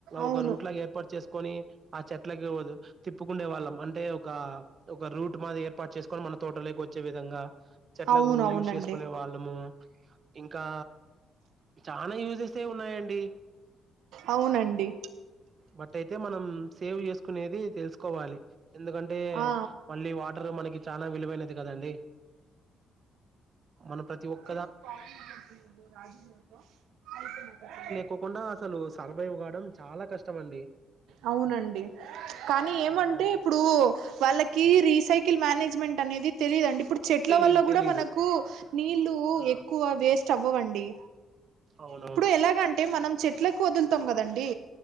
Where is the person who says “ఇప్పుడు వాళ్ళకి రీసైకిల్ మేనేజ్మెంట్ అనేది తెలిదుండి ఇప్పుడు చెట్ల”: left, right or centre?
Right